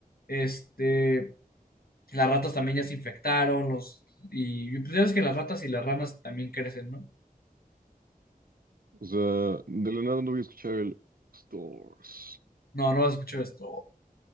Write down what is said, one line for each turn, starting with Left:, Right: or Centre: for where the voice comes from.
Left: este, las ratas también ya se infectaron, los, y pues ya ves que las ratas y las ranas también crecen, ¿no?
Right: O sea, de la nada no voy a escuchar el Stores.
Left: No, no vas a escuchar esto.